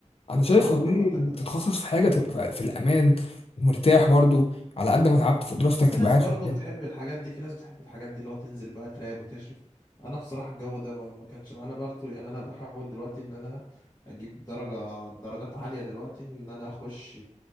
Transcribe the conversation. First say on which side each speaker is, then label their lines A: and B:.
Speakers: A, on the left (about 50°); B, on the left (about 30°).
A: انا شايف
B: لا
A: والله
B: ما أنا بقول لك
A: انك
B: بس
A: تتخصص في حاجه تبقى في الامان ومرتاح برضو على قد ما تعبت في دراستك
B: في
A: تبقى
B: ناس
A: قاعد
B: برضه
A: في مكان
B: بتحب الحاجات دي في ناس بتحب الحاجات دي اللي هو تنزل بقى تراب وتشرف أنا بصراحة الجو ده ما, ما كانش معانا برضه يعني أنا بحاول دلوقتي إن أنا أجيب درجة درجات عالية دلوقتي إن أنا أخش